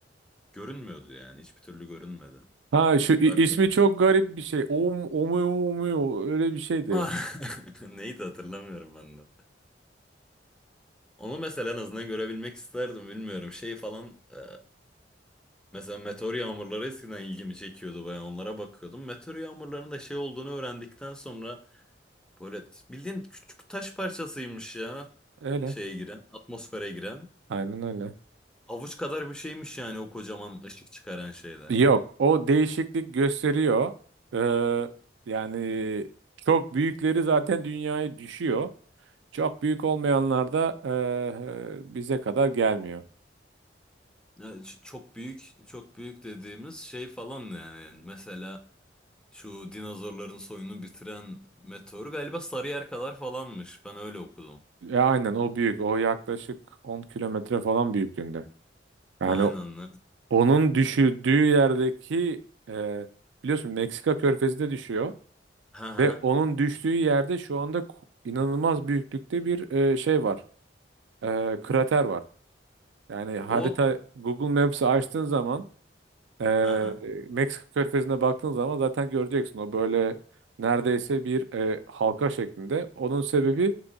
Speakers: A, in the centre; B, on the right (about 80°).
A: Görünmüyordu yani. Hiçbir türlü görünmedi.
B: Ha şu i-
A: Daha karanlık.
B: ismi çok garip bir şey. Om, omu, omu, öyle bir şeydi.
A: Ah! <laughs> Neydi hatırlamıyorum ben de. Onu mesela en azından görebilmek isterdim. Bilmiyorum. Şey falan... ee, Mesela meteor yağmurları eskiden ilgimi çekiyordu. Ben onlara bakıyordum. Meteor yağmurlarının da şey olduğunu öğrendikten sonra Böyle t- bildiğin küçük taş parçasıymış ya.
B: Öyle.
A: Şeye giren, atmosfere giren.
B: Aynen öyle.
A: Avuç kadar bir şeymiş yani o kocaman ışık çıkaran şeyler.
B: Yok, o değişiklik gösteriyor. Ee, yani çok büyükleri zaten dünyaya düşüyor. Çok büyük olmayanlar da eee, bize kadar gelmiyor.
A: Yani ç- çok büyük, çok büyük dediğimiz şey falan yani. Mesela şu dinozorların soyunu bitiren meteor galiba Sarıyer kadar falanmış. Ben öyle okudum.
B: Ya aynen o büyük. O yaklaşık 10 kilometre falan büyüklüğünde. Yani
A: Aynen. evet.
B: onun düşürdüğü yerdeki eee, biliyorsun Meksika Körfezi de düşüyor
A: Ha ha.
B: ve onun düştüğü yerde şu anda ku- inanılmaz büyüklükte bir eee, şey var. Eee, krater var. Yani harita
A: O
B: Google Maps'i açtığın zaman Ee,
A: ha ha.
B: Meksika körfezine baktığın zaman zaten göreceksin o böyle neredeyse bir e, halka şeklinde. Onun sebebi